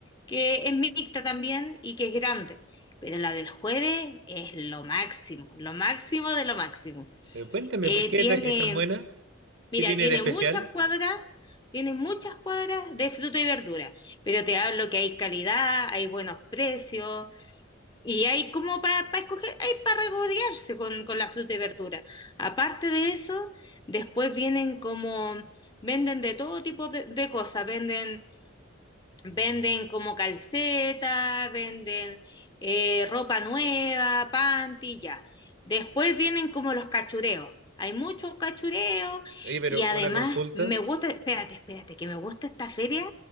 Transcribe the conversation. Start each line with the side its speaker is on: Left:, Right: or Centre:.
Left: que es mixta también y que es grande. Pero la del jueves es lo máximo, lo máximo de lo máximo.
Right: Pero cuéntame,
Left: Eh,
Right: ¿por qué
Left: tiene,
Right: ta- es tan buena?
Left: mira,
Right: ¿Qué tiene
Left: tiene
Right: de especial?
Left: muchas cuadras, tiene muchas cuadras de fruta y verdura, pero te hablo que hay calidad, hay buenos precios y hay como para escoger, hay para regodearse con, con la fruta y verdura. Aparte de eso, después vienen como, venden de todo tipo de, de cosas, venden Venden como calceta, venden eh, ropa nueva, panty, ya. Después vienen como los cachureos. Hay muchos cachureos
Right: Oye, pero
Left: y además
Right: una consulta.
Left: me gusta, espérate, espérate, que me gusta esta feria.